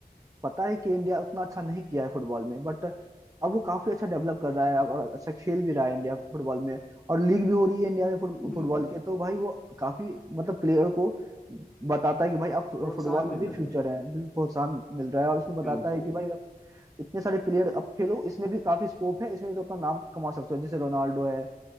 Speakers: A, on the right (about 20°); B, in the centre.
A: पता है कि इंडिया उतना अच्छा नहीं किया है फुटबॉल में बट अब वो काफी अच्छा डेवलप कर रहा है और अच्छा खेल भी रहा है इंडिया फुटबॉल में और लीग भी हो रही है इंडिया में फुट,
B: बिल्कुल
A: फुटबॉल के तो भाई वो काफी मतलब प्लेयर को बताता है कि भाई आप फु-
B: प्रोत्साहन
A: फुटबॉल में
B: मिल
A: भी
B: रहा
A: फ्यूचर
B: है
A: है बिल्कुल प्रोत्साहन मिल रहा है और उसमें बताता
B: बिल्कुल
A: है कि भाई आप इतने सारे प्लेयर अब खेलो इसमें भी काफी स्कोप है इसमें भी तो अपना नाम कमा सकते हो जैसे रोनाल्डो है